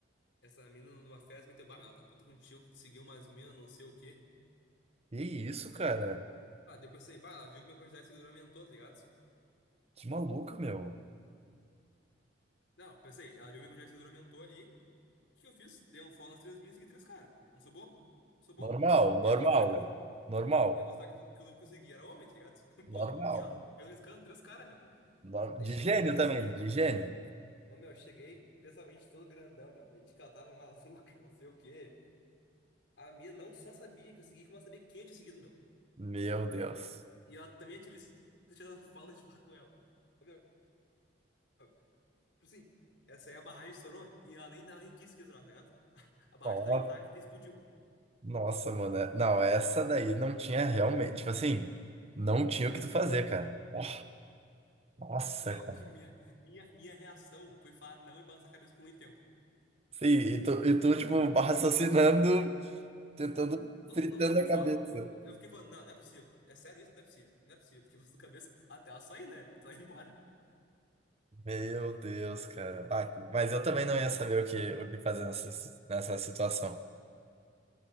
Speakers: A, on the left; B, on the right.
A: Essa mina numa festa meteu, bah, meu, ela tá puta contigo que te seguiu umas minas, não sei o quê.
B: Que isso, cara?
A: Ah, daí eu pensei, bah, ela viu que minha quantidade de seguidor aumentou, tá ligado?
B: Que maluco, meu.
A: Não, pensei, ela viu que minha quantidade de seguidor aumentou ali. O que que eu fiz? Dei um follow nas três minas e segui três caras. Não sou bobo? Sou bobo.
B: Normal,
A: Ia
B: normal,
A: mostrar que os,
B: normal,
A: ia mostrar que os, que os únicos que eu segui era homem, tá ligado? <laughs>
B: normal.
A: Pô, aqui, ó. Pelo escândalo, três caras, meu.
B: Nor-
A: Daí
B: De
A: cheguei
B: gênio
A: nessa,
B: também,
A: me...
B: de gênio.
A: Ô, meu, cheguei pensamento todo grandão, meu. Meti que ela tava <laughs> maluca, não sei o quê. A minha não só sabia que eu segui, como ela sabia quem eu tinha seguido, meu.
B: Meu Deus.
A: E ela também é ativista tirando fala de falar com ela. Ô, Meu, meu, tipo assim, essa aí a barragem estourou e ela nem dava requisito que ia estourar, tá ligado? A barragem
B: Ó,
A: tava intacta e explodiu.
B: Nossa, mano. é- Não, essa daí não tinha realmente. Tipo assim, não tinha o que tu fazer, cara. Ó, Nossa,
A: Ô meu,
B: cara.
A: <laughs> minha, minha, minha reação foi falar não e balançar a cabeça por muito tempo.
B: Sim, e tu, e tu, tipo, raciocinando, tentando,
A: Não, não
B: fritando
A: não sabia
B: a
A: o que
B: cabeça.
A: falar. Eu fiquei falando, não, não é possível. É sério isso? Não é possível. Não é possível. Fiquei balançando a cabeça até ela sair, né? Ela ir embora.
B: Meu Deus, cara. Ah, mas eu também não ia saber o que, o que fazer nessa, nessa situação.